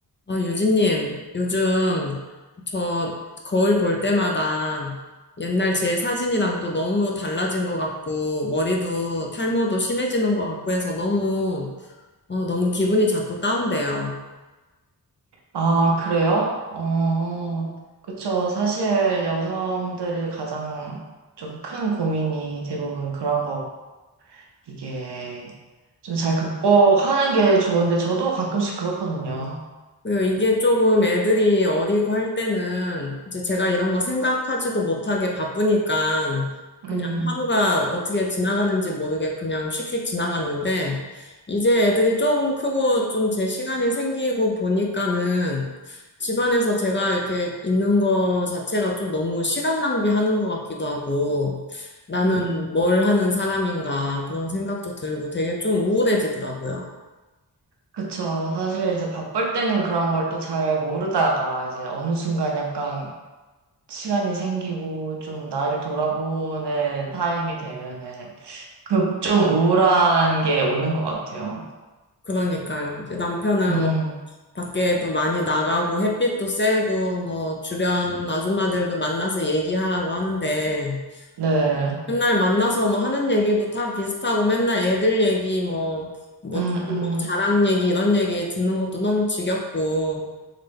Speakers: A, on the left; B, on the right.
A: 어, 유진님, 요즘 저 거울 볼 때마다 옛날 제 사진이랑 또 너무 달라진 것 같고, 머리도 탈모도 심해지는 것 같고 해서 너무, 어, 너무 기분이 자꾸 다운돼요.
B: 아, 그래요? 어, 그쵸. 사실 여성들이 가장 좀 큰 고민이 대부분 그런 거, 이게 좀 잘 극복하는 게 좋은데 저도 가끔씩 그렇거든요.
A: 그리고 이게 조금 애들이 어리고 할 때는 이제 제가 이런 거 생각하지도 못하게 바쁘니까 그냥
B: 음,
A: 하루가 어떻게 지나가는지 모르게 그냥 씩씩 지나갔는데 이제 애들이 조금 크고 좀 제 시간이 생기고 보니까는 집안에서 제가 이렇게 있는 거 자체가 좀 너무 시간 낭비하는 것 같기도 하고 나는
B: 음,
A: 뭘 하는 사람인가 그런 생각도 들고 되게 좀 우울해지더라고요.
B: 그쵸. 사실 이제 바쁠 때는 그런 걸 또 잘 모르다가 이제 어느 순간 약간 시간이 생기고 좀 나를 돌아보는 타임이 되면은 그 좀 우울한 게 오는 것 같아요.
A: 그러니까요. 이제 남편은
B: 음.
A: 뭐 밖에도 많이 나가고 햇빛도 쐬고 뭐 주변 아줌마들도 만나서 얘기하라고 하는데
B: 네.
A: 맨날 만나서 뭐 하는 얘기도 다 비슷하고 맨날 애들 얘기 뭐 뭐
B: 음,
A: 누구
B: 음,
A: 뭐 자랑 얘기 이런 얘기 듣는 것도 너무 지겹고